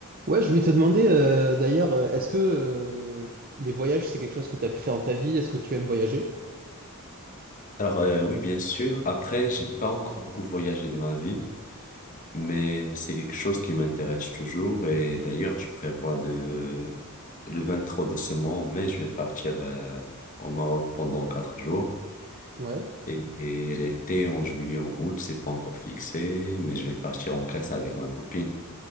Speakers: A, on the right; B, on the left.
A: Ouais, je voulais te demander euh, d'ailleurs, euh, est-ce que euh, les voyages, c'est quelque chose que tu as pu faire dans ta vie? Est-ce que tu aimes voyager?
B: Alors euh, oui, bien sûr. Après, j'ai pas encore beaucoup voyagé de ma vie, mais c'est quelque chose qui m'intéresse toujours. Et d'ailleurs, je prévois de le 23 de ce mois en mai, je vais partir euh, au Maroc pendant quatre jours.
A: Ouais,
B: Et, et l'été en juillet, en août, c'est pas encore fixé, mais je vais partir en Grèce avec ma copine.